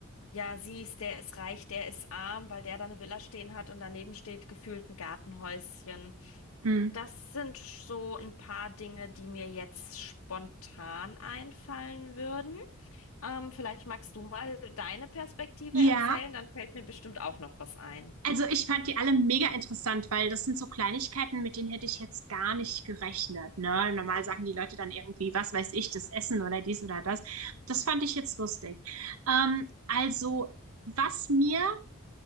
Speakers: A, on the left; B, on the right.
A: ja, siehst, der ist reich, der ist arm, weil der da eine Villa stehen hat und daneben steht gefühlt ein Gartenhäuschen.
B: Mhm.
A: Das sind so ein paar Dinge, die mir jetzt spontan einfallen würden. Ähm, vielleicht magst du mal deine Perspektive
B: Ja,
A: erzählen, dann fällt mir bestimmt auch noch was ein.
B: also ich fand die alle mega interessant, weil das sind so Kleinigkeiten, mit denen hätte ich jetzt gar nicht gerechnet, ne? Normal sagen die Leute dann irgendwie, was weiß ich, das Essen oder dies oder das. Das fand ich jetzt lustig. Ähm, also, was mir